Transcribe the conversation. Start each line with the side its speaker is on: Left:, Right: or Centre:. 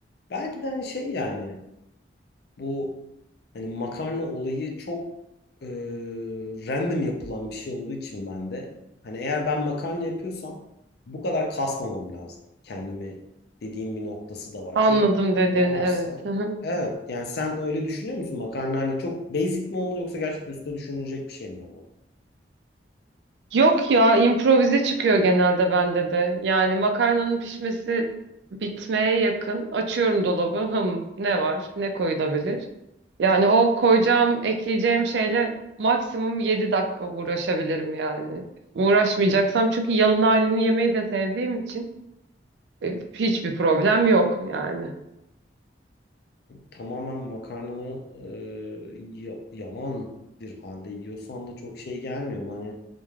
Left: belki de hani şey yani bu hani makarna olayı çok e, random yapılan bir şey olduğu için ben de hani eğer ben makarna yapıyorsam bu kadar kasmamam lazım kendimi dediğim bir noktası da var.
Right: Anladım
Left: Çünkü
Right: dediğini
Left: ne varsa
Right: evet. Hı hı.
Left: evet yani sen öyle düşünüyor musun makarna hani çok basic mi olmalı yoksa gerçekten üstüne düşünülecek bir şey mi olmalı?
Right: Yok ya improvize çıkıyor genelde bende de. Yani makarnanın pişmesi bitmeye yakın. Açıyorum dolabı. Hım ne var? Ne koyulabilir? Yani o koyacağım, ekleyeceğim şeyle maksimum 7 dakika uğraşabilirim yani. Uğraşmayacaksam çünkü yalın halini yemeyi de sevdiğim için. E, Hiçbir problem yok yani.
Left: Tamamen makarnanı e, ya- yaman bir halde yiyorsan da çok şey gelmiyor hani